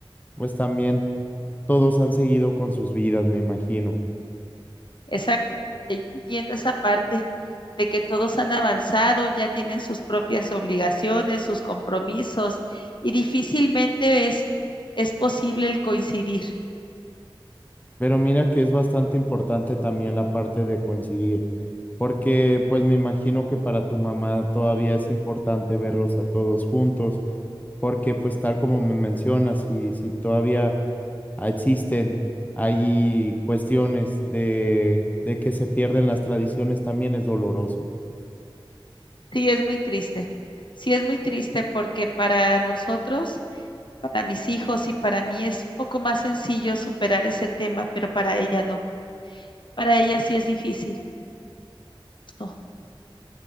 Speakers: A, on the left; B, on the left.
A: pues también todos han seguido con sus vidas, me imagino.
B: esa, yo entiendo esa parte de que todos han avanzado, ya tienen sus propias obligaciones, sus compromisos y difícilmente es, es posible el coincidir.
A: Pero mira que es bastante importante también la parte de coincidir, porque pues me imagino que para tu mamá todavía es importante verlos a todos juntos, porque pues tal como me mencionas, si, si todavía existen, hay cuestiones de, de que se pierden las tradiciones, también es doloroso.
B: Sí, es muy triste. Sí, es muy triste porque para nosotros, para mis hijos y para mí es un poco más sencillo superar ese tema, pero para ella no. Para ella sí es difícil. No,